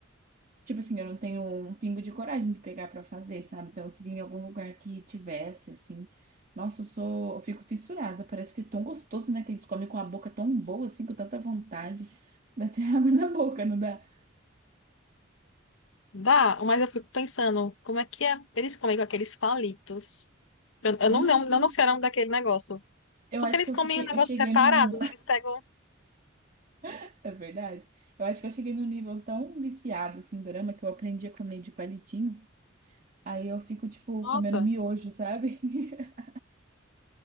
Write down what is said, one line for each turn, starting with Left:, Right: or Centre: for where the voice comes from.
Right: Tipo assim, eu não tenho um pingo de coragem de pegar pra fazer, sabe? Então eu queria em algum lugar que tivesse, assim. Nossa, eu sou, eu fico fissurada. Parece que é tão gostoso, né? Que eles comem com a boca tão boa, assim, com tanta vontade. Dá até <laughs> água na boca, não dá?
Left: Dá, mas eu fico pensando, como é que é? Eles comem com aqueles palitos. Eu, eu
Right: Hum,
Left: não, não, eu não sei o nome daquele negócio.
Right: eu
Left: Porque
Right: acho
Left: eles
Right: que eu
Left: comem
Right: fiquei,
Left: um negócio
Right: eu cheguei
Left: separado,
Right: num,
Left: né? Eles pegam.
Right: <laughs> é verdade. Eu acho que eu cheguei num nível tão viciado, assim, em dorama, que eu aprendi a comer de palitinho. Aí eu fico, tipo,
Left: Nossa.
Right: comendo miojo, sabe? <laughs>